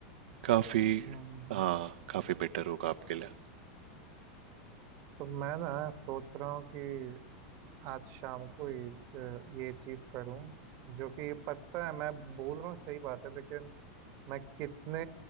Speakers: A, on the right; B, on the right.
A: काफ़ी
B: हम्म हम्म हम्म।
A: हाँ काफ़ी बेटर होगा आपके लिए
B: तो मैं ना सोच रहा हूँ कि आज शाम को ये अ, ये चीज करूं जो कि पता है मैं बोल रहा हूँ सही बात है लेकिन मैं कितने